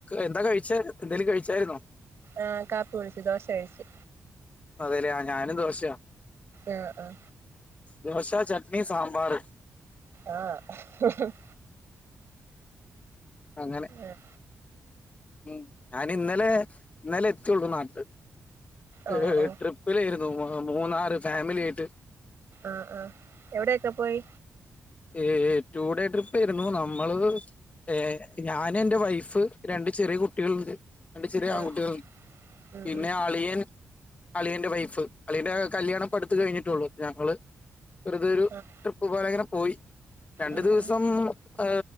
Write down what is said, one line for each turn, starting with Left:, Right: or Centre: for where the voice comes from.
Left: എന്താ കഴിച്ചെ എന്തേലും കഴിച്ചായിരുന്നോ
Right: ആ കാപ്പി കുടിച്ചു ദോശ കഴിച്ചു
Left: അതെല്ലേ ഞാനും ദോശയാ
Right: ആഹ് ആഹ്
Left: ദോശ, ചട്നി, സാമ്പാർ
Right: ആഹ് <unintelligible>
Left: അങ്ങനെ
Right: ആഹ്
Left: ഉം ഞാൻ ഇന്നലെ ഇന്നലെ എത്തിയുള്ളു നാട്ടില്
Right: ഓ
Left: ഏഹ്
Right: ഓ
Left: ട്രിപ്പിലായിരുന്നു മൂന്നാറ് ഫാമിലി ആയിട്ട്
Right: ആഹ് ആഹ് എവിടെക്കെ പോയി
Left: ഏ ടു ഡേ ട്രിപ്പ്ആയിരുന്നു നമ്മള് ഏഹ് ഞാന് എന്റെ വൈഫ് രണ്ട് ചെറിയ കുട്ടികളുണ്ട് രണ്ട് ചെറിയ ആൺകുട്ടികൾ.
Right: ആഹ് ഉം
Left: പിന്നെ
Right: ഉം
Left: ആളിയൻ അളിയന്റെ വൈഫ് അളിയന്റെ കല്യാണം പ്പ് അടുത്ത കഴിഞ്ഞിട്ടുള്ളൂ ഞങ്ങള് വെറുതരു
Right: ആഹ്
Left: ട്രിപ്പ് പോലെ ഇങ്ങനെ പോയി രണ്ടു
Right: ഉം
Left: ദിവസം
Right: ഉം
Left: ഹ്